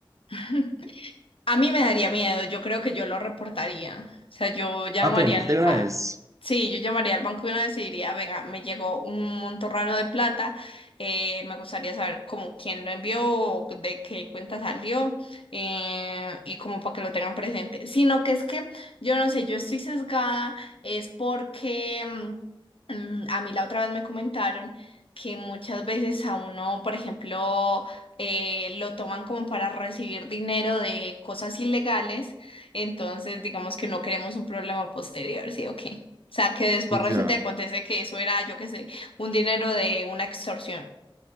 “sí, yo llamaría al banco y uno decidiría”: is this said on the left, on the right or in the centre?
Left